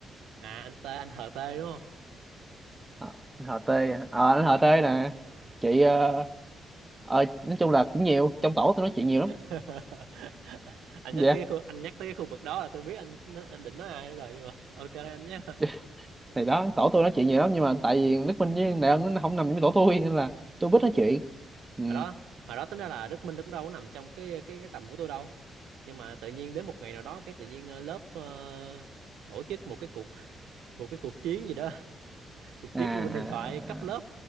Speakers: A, on the right; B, on the right.
A: À anh T anh HT đúng không?
B: Ờ, anh họ tê à. Ờ, anh họ tê nè
A: Ờ.
B: chị ờ, ờ, nói chung là cũng nhiều trong tổ tôi nói chuyện nhiều
A: <laughs>
B: lắm
A: anh
B: dạ
A: nhắc tới cái khu anh nhắc tới cái khu vực đó là tôi biết anh anh định nói ai rồi nhưng mà ok anh nhé.
B: <laughs> thì đó tổ tôi nói chuyện nhiều lắm nhưng mà tại vì Đức Minh với Đại Ân nó không nằm trong cái tổ tôi nên là tôi
A: Ờ.
B: biết nói chuyện ừ.
A: hồi đó hồi đó tính ra là Đức Minh nó cũng đâu có nằm trong cái cái cái tầm của tôi đâu nhưng mà tự nhiên đến một ngày nào đó cái tự nhiên ờ, lớp ờ, tổ chức một cái cuộc <laughs> một cái cuộc chiến gì đó <laughs> cuộc
B: à,
A: chiến
B: à,
A: Liên minh huyền thoại cấp lớp
B: à,